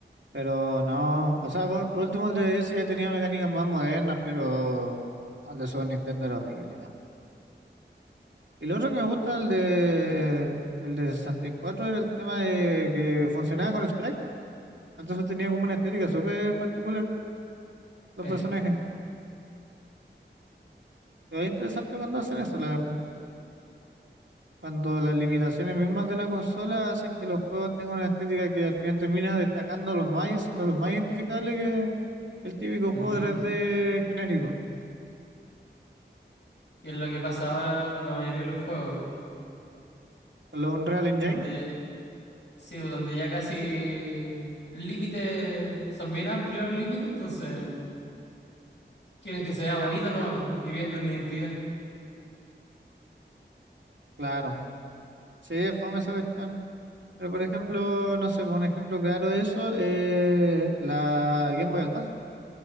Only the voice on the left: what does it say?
Sí.
Ujú.
Y es lo que pasa ahora con la mayoría de los juegos.
Donde, sí, donde ya casi límites son bien amplios los límites, entonces quieren que se vea bonito nomás po, y pierden identidad.